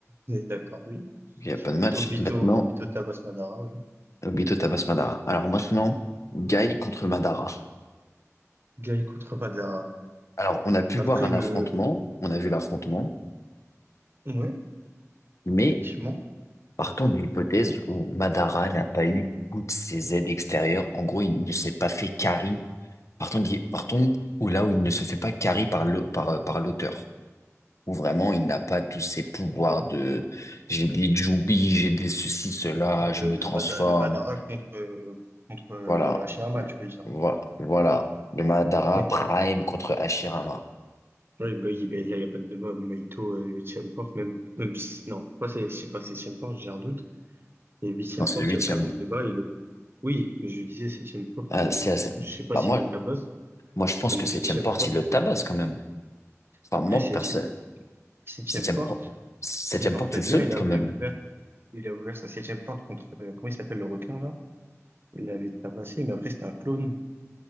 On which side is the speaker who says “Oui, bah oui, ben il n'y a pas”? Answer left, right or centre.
Right